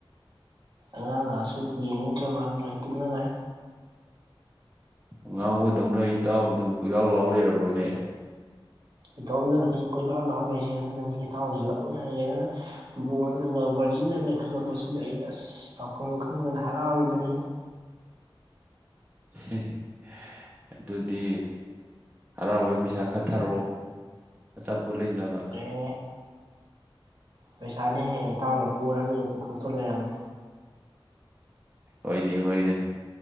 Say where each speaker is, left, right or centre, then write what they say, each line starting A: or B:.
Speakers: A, on the right; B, on the right.
A: ꯑꯉꯥꯡꯒꯁꯨ ꯌꯦꯡꯅꯤꯡꯗ꯭ꯔ ꯃꯥꯜꯂꯦ ꯂꯣꯏ ꯇꯨꯝꯅꯈ꯭ꯔꯦ
B: ꯑꯉꯥꯎꯕꯗꯧꯅ ꯏꯇꯥꯎ ꯑꯗꯨꯝ ꯀꯣꯏꯂꯥꯎ ꯂꯥꯎ ꯂꯩꯔꯕꯅꯦ
A: ꯏꯇꯣꯝꯗꯅ ꯀꯣꯏꯂꯥꯎ ꯂꯥꯎ ꯂꯩꯁꯦ ꯑꯗꯨꯅꯅꯤꯅꯦ ꯏꯇꯥꯎꯗ ꯂꯛꯅꯔꯒꯦꯅ ꯕꯣꯜꯖꯤꯅ ꯍꯧꯖꯤꯛꯅꯅꯦ ꯂꯩꯈꯠꯂꯛꯄꯁꯤꯗ ꯑꯩꯩꯅ ꯑꯁ ꯇꯧꯐꯝ ꯈꯪꯗ ꯍꯔꯥꯎꯔꯤꯕꯅꯤ
B: ꯍꯦꯍꯦ ꯍ ꯑꯗꯨꯗꯤ ꯍꯔꯥꯎꯕꯩ ꯄꯩꯁꯥ ꯈꯥꯔ ꯊꯥꯔꯛꯑꯣꯑꯆꯥꯄꯣ ꯄꯣꯠ ꯂꯩꯅꯕ
A: ꯑꯦ ꯄꯩꯁꯥꯗꯤ ꯍꯌꯦꯡ ꯏꯇꯥꯎꯅ ꯄꯣꯜꯔꯅꯤ ꯄꯨꯊꯣꯛꯇꯨ ꯂꯩꯔꯝꯅꯤ
B: ꯍꯣꯏꯅꯦ ꯍꯣꯏꯅꯦ